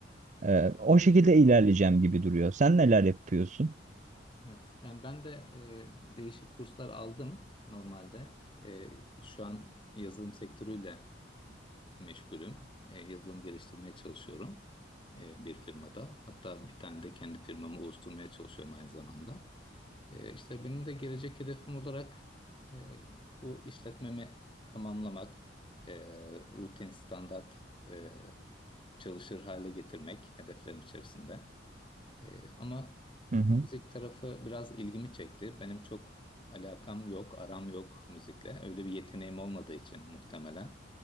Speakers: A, on the right; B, on the left.
A: Ee, o şekilde ilerleyeceğim gibi duruyor. Sen neler yapıyorsun?
B: Evet. Yani ben de e, değişik kurslar aldım normalde. E, şu an yazılım sektörüyle meşgulüm. E, yazılım geliştirmeye çalışıyorum e, bir firmada. Hatta bir tane de kendi firmamı oluşturmaya çalışıyorum aynı zamanda. E, işte benim de gelecek hedefim olarak e, bu işletmemi tamamlamak, e, rutin, standart e, çalışır hale getirmek hedeflerim içerisinde. E, ama
A: Hı hı.
B: müzik tarafı biraz ilgimi çekti. Benim çok alakam yok, aram yok müzikle. Öyle bir yeteneğim olmadığı için muhtemelen.